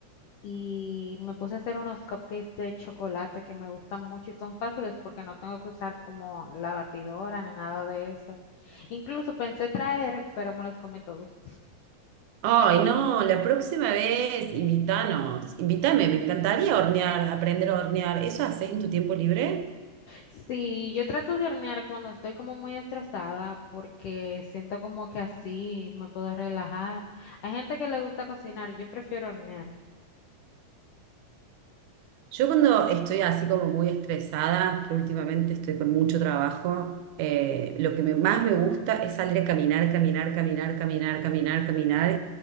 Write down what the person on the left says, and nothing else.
y me puse a hacer unos cupcakes de chocolate que me gustan mucho y son fáciles porque no tengo que usar como la batidora ni nada de eso. Incluso pensé traer, pero me los comí todos.
Sí, yo trato de hornear cuando estoy como muy estresada porque siento como que así me puedo relajar. Hay gente que le gusta cocinar, yo prefiero hornear.